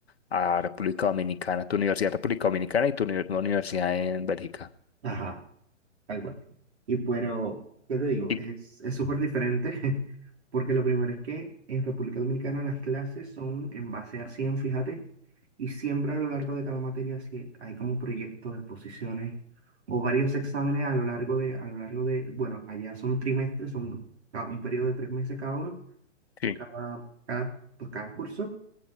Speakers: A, on the left; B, on the right.
A: a República Dominicana, tu universidad en República Dominicana y tu uni- nueva universidad en Bélgica?
B: Ajá. Tal cual. Y pero, ¿qué te digo?
A: Y-
B: Es, es súper diferente, <laughs> porque lo primero es que en República Dominicana las clases son en base a cien fíjate, y siempre a lo largo de cada materia sí hay como proyectos, exposiciones o varios exámenes a lo largo de, a lo largo de, bueno, allá son trimestres, son ca- un periodo de tres meses cada uno,
A: Sí.
B: cada, cada, pues cada curso,